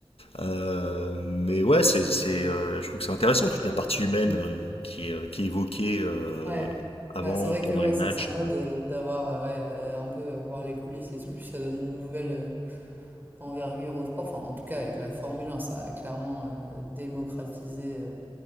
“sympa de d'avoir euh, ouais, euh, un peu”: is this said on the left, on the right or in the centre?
Right